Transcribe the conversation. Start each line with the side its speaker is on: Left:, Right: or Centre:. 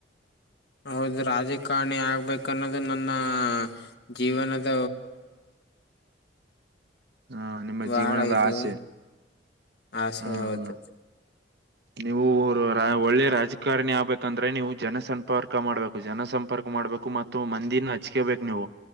Left: ಹೌದು ರಾಜಕಾರಣಿ ಆಗ್ಬೇಕ ಅನ್ನೋದು ನನ್ನ ಜೀವನದ.
Right: ಹ ನಿಮ್ಮ
Left: ಬಾಳ
Right: ಜೀವನದ
Left: ಇದು
Right: ಆಸೆ
Left: ಆಸೆ
Right: ಹ
Left: ಹೌದು.
Right: ಹ ನೀವು ಒಳ್ಳೆ ರಾಜಕಾರಣಿ ಆಗ್ಬೇಕಂದ್ರೆ ನೀವು ಜನ ಸಂಪರ್ಕ ಮಾಡ್ಬೇಕು. ಜನ ಸಂಪರ್ಕ ಮಾಡ್ಬೇಕು ಮತ್ತು ಮಂದಿನ ಹಚ್ಕೇಬೇಕು ನೀವು